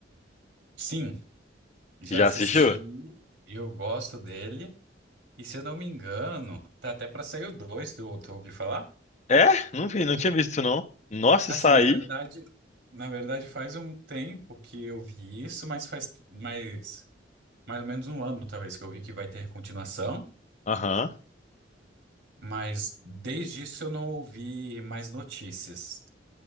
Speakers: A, on the right; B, on the left.
A: Sim, já
B: Você já
A: assisti,
B: assistiu?
A: eu gosto dele. E se eu não me engano, tá até pra sair o 2, tu, tu ouviu falar?
B: É? Não vi, não tinha visto isso, não. Nossa,
A: Assim,
B: isso aí.
A: na verdade, na verdade faz um tempo que eu vi isso, mas faz mais, mais ou menos um ano, talvez, que eu vi que vai ter continuação,
B: Aham,
A: mas desde isso eu não ouvi mais notícias.